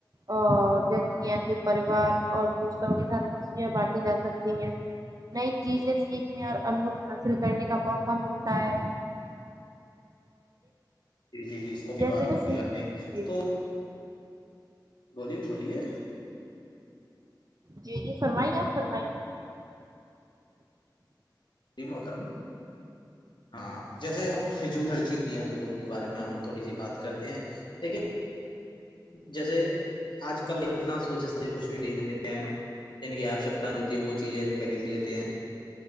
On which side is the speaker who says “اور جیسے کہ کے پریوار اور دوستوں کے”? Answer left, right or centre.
Right